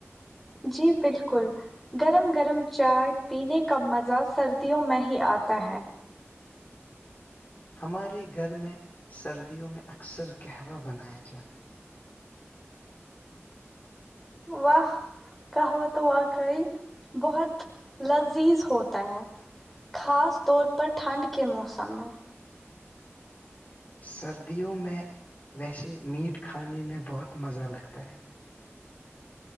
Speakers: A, in the centre; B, on the left.
A: جی بالکل گرم گرم چائے پینے کا مزہ سردیوں میں ہی آتا ہے
B: ہمارے گھر میں سردیوں میں اکثر قہوہ بنایا جاتا ہے
A: واہ کہوہ تو واقعی بہت لذیذ ہوتا ہے خاص طور پر ٹھنڈ کے موسم میں
B: سردیوں میں ویسے میٹ کھانے میں بہت مزہ لگتا ہے